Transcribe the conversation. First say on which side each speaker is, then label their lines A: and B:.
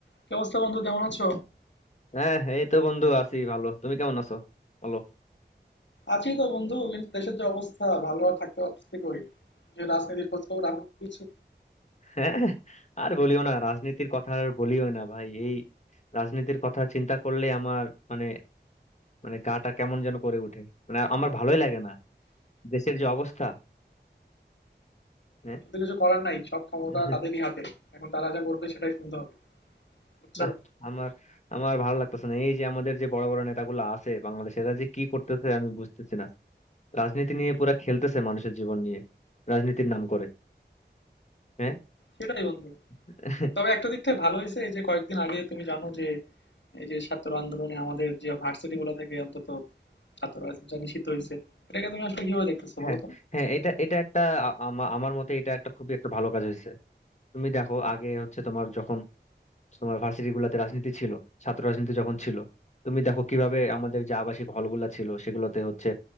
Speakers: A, on the left (about 85°); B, on the left (about 40°).
A: কি অবস্থা বন্ধু কেমন আছো
B: হ্যাঁ এই তো বন্ধু আছি ভালো তুমি কেমন আছো বলো
A: আছি তো বন্ধু কিন্তু দেশের যে অবস্থা ভালো আর থাকতে পারতেছি কই যে রাজনীতির খোঁজ খবর আমি কিছু
B: হ্যাঁ আর বলিও না রাজনীতির কথা আর বলিও না ভাই এই রাজনীতির কথা চিন্তা করলে আমার মানে মানে গাটা কেমন যেন করে ওঠে মানে আমার ভালোই লাগে না দেশের যে অবস্থা হ্যাঁ
A: কিন্তু কিছু করার নাই সব ক্ষমতা
B: <laughs>
A: তাদেরই হাতে এখন তারা যা বলবে সেটাই শুনতে হবে বুঝছো
B: না আমার আমার ভালো লাগতেছে না এই যে আমাদের যে বড় বড় নেতাগুলো আছে বাংলাদেশে এরা যে কি করতেছে আমি বুঝতেছি না রাজনীতি নিয়ে পুরা খেলতেছে মানুষের জীবন নিয়ে রাজনীতির নাম করে হ্যাঁ
A: সেটাই বন্ধু
B: <laughs>
A: তবে একটা দিক থেকে ভালো হয়েছে এই যে কয়েকদিন আগে তুমি জানো যে এই যে ছাত্র আন্দোলনে আমাদের যে ভার্সিটি গুলো থেকে অন্তত ছাত্র রাজনীতিটা নিষিদ্ধ হয়েছে এটাকে তুমি আসলে কিভাবে দেখতেছো
B: হ্যাঁ
A: বলো তো
B: হ্যাঁ এটা এটা একটা আ- আমা- আমার মতে এটা একটা খুবই একটা ভালো কাজ হয়েছে তুমি দেখো আগে হচ্ছে তোমার যখন তোমার ভার্সিটি গুলাতে রাজনীতি ছিল ছাত্র রাজনীতি যখন ছিল তুমি দেখো কিভাবে আমাদের যে আবাসিক হলগুলা ছিল সেগুলোতে হচ্ছে